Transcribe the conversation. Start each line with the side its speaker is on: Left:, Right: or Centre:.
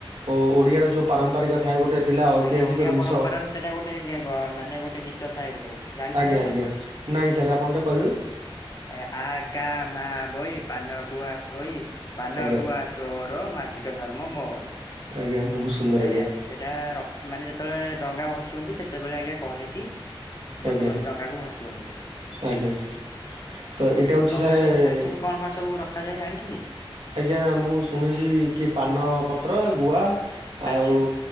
Right: ଓଡିଆର ଯୋଉ ପାରମ୍ପରିକ ଥାଏ ଗୋଟେ ଥିଲା ଐତିହାସିକ
Left: ଆଜ୍ଞା ଓଡିଆ
Right: ଜିନିଷ
Left: ପରମ୍ପରାର ସେଇଟା ଗୋଟେ ମାନେ ଗୋଟେ ଗୀତ ଥାଏ ଗୋଟେ ଜାଣିଛନ୍ତି
Right: ଆଜ୍ଞା
Left: ଆପଣ?
Right: ଆଜ୍ଞା ନାଇଁ ସାର୍ ଆପଣ ଟିକେ କହିବେ
Left: ଆଜ୍ଞା ଆ କା ମା ବୋଇ ପାନ ଗୁଆ ଥୋଇ, ପାନ
Right: ଆଜ୍ଞା
Left: ଗୁଆ ତୋର ମାସିକ ଧର୍ମ ମୋର।
Right: ଆଜ୍ଞା। ବହୁତ ସୁନ୍ଦର
Left: ଆଜ୍ଞା ସେଟା ରଖ ମାନେ ଯେତେବେଳେ ଡଙ୍ଗା ଭସୁଛନ୍ତି ସେ ସେତେବେଳେ ଆଜ୍ଞା କହିକି ବଟୁନ୍ତି
Right: ଆଜ୍ଞା
Left: ଡଙ୍ଗାକୁ ଭସୁନ୍ତି।
Right: ଆଜ୍ଞା ତ ଏଇଟା
Left: ଆଜ୍ଞା,
Right: ହଉଛି
Left: ଡଙ୍ଗାରେ
Right: ସାର୍
Left: ଜାଣିଛନ୍ତି କଣ କଣ ସବୁ ରଖାଯାଏ ଜାଣି
Right: ଆଜ୍ଞା ମୁଁ ଶୁଣିଛି କି ପାନ ପତ୍ର ଗୁଆ ଆଉ
Left: ଆଜ୍ଞା